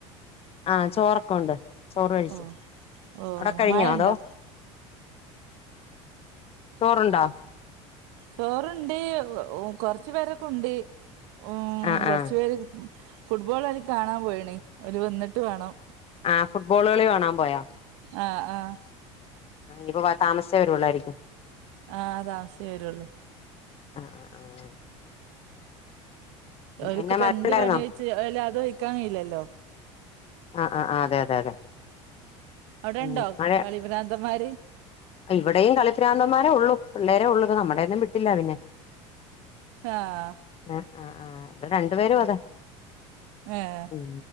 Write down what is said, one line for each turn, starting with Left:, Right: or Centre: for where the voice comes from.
Left: ആഹ് ചോറൊക്കെ ഉണ്ട് ചോറ് കഴിച്ചു
Right: ഓ ഓ
Left: അവിടെ കഴിഞ്ഞോ
Right: മഴണ്ടോ
Left: അതോ ചോറുണ്ടോ.
Right: ചോറുണ്ട് കൊറച്ചു പേരൊക്കെ ഉണ്ട് ഉ
Left: ആഹ്
Right: കൊറച്ചു
Left: ആഹ്
Right: പേര് ഫുട്ബോൾ അവര് കാണാൻ പോയണ് അവര് വന്നിട്ട് വേണം
Left: ആ ഫുട്ബോൾ കി കാണാൻ പോയാ
Right: ആഹ ആഹ
Left: ഇപ്പ താമസിച്ചേ വരുള്ളായിരിക്കും.
Right: ആഹ താമസിചൊ വരുള്ളൂ.
Left: ആ ആ ആ ആ്
Right: അവർക്ക്പ്പം
Left: എന്നാ മഴ
Right: എന്ത്
Left: ഉണ്ടായിരുന്നോ
Right: പണി ഒഴച്ച് അല്ല അത് ഒഴിക്കാൻ കഴിയില്ലല്ലോ?
Left: ആ ആ ആ അതെ അതെ അതെ
Right: അവിടെ
Left: ഉം
Right: ഇണ്ടോ
Left: മഴ
Right: കളിഭ്രാന്തന്മാര്.
Left: ഇവിടെയും കളിപ്രാന്തമാരെ ഉള്ളൂ പിള്ളേരെ ഉള്ളു നമ്മുടെയൊന്നും വിട്ടില്ല അവന്
Right: ആഹ്.
Left: ആ ആ ആ് ഇവിടെ രണ്ടു പേരും അതെ.
Right: ആഹ്
Left: ഉ